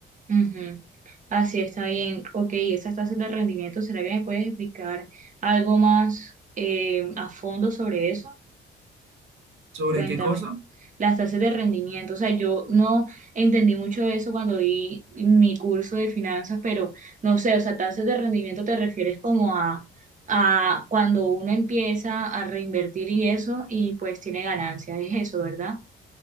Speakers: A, on the right; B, on the right.
A: ujú. Así está bien. Ok, esas tasas de rendimiento, ¿será que me puedes explicar algo más eh, a fondo sobre eso?
B: ¿Sobre
A: Cuéntame.
B: qué cosa?
A: Las tasas de rendimiento, o sea, yo no entendí mucho eso cuando vi mi curso de finanzas, pero no sé, o sea, tasas de rendimiento te refieres como a, a cuando uno empieza a reinvertir y eso, y pues tiene ganancias, es eso, ¿verdad?